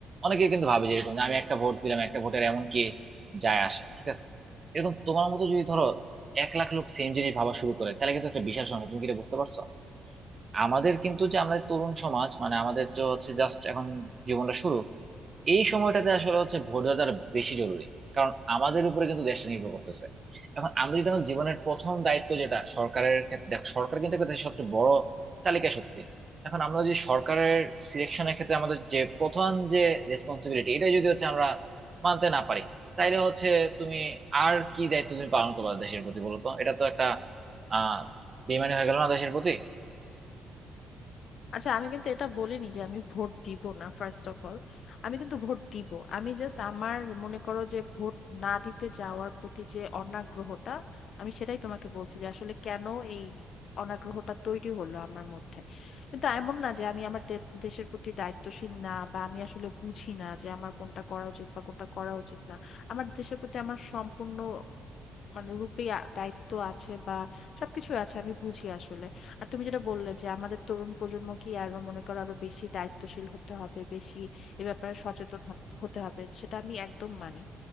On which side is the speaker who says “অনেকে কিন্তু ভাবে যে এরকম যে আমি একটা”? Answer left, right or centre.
Right